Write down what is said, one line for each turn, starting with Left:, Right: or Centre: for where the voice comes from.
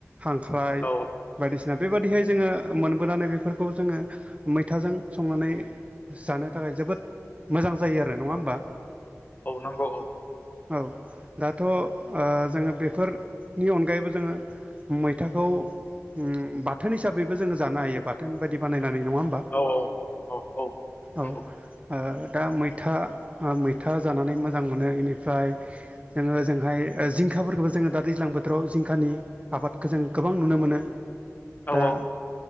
Right: खांख्राइ
Left: औ
Right: बायदिसिना बेबाददिहाय जोङो मोनबोनानै बेफोरखौ जोङो मैथाजों संनानै जानो थाखाय जोबोद मोजां जायो आरो नङा होमबा?
Left: औ नंगौ औ।
Right: औ। दाथ' ओ जोङो बेफोरनि अनगायैबो जोङो मै फिथाखौ उम बाथोन हिसाबैबो जोङो जानो हायो बाथोन बायदि बानायनानै नङा होमबा?
Left: औ औ औ औ। नंगौ
Right: औ। ओ दा मैथा मैथा जानानै मोजां मोनो इनिफ्राय जोङो जोंहाय ओ जिंखाफोरखौबो जोङो दा दैज्लां बोथोराव जिंखानि आबाद जों गोबां नुनो मोनो
Left: औ
Right: दा